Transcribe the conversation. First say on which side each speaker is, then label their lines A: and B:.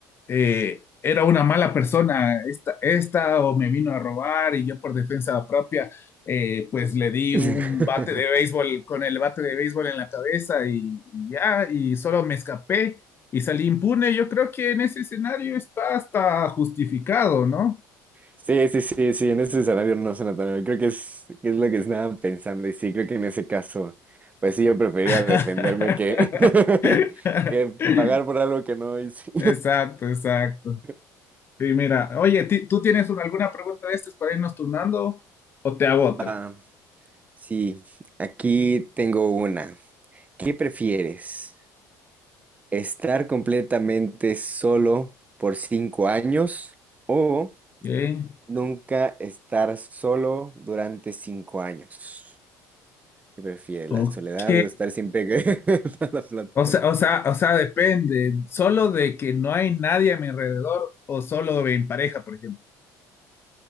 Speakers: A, on the left; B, on the right.
A: eh, era una mala persona esta, esta o me vino a robar y yo por defensa propia, eh, pues le di
B: <laughs>
A: un bate de béisbol con el bate de béisbol en la cabeza y ya, y solo me escapé y salí impune. Yo creo que en ese escenario está hasta justificado, ¿no?
B: Sí, sí, sí, sí, en ese escenario no suena tan mal. Creo que es, que es lo que estaba pensando y sí, creo que en ese caso, pues sí, yo prefería
A: <laughs>
B: defenderme que, <laughs> que pagar por algo que no hice.
A: Exacto, exacto.
B: <laughs>
A: Sí, mira, oye, ti- ¿tú tienes un- alguna pregunta de estas para irnos turnando o te hago otra?
B: Va, sí, aquí tengo una. ¿Qué prefieres? ¿Estar completamente solo por cinco años o
A: ¿Qué?
B: nunca estar solo durante cinco años? ¿Qué prefieres?
A: Ok.
B: ¿La soledad o estar siempre que- <laughs> toda la plata?
A: O sea, o sea, o sea, depende. Solo de que no hay nadie a mi alrededor o solo en pareja, por ejemplo.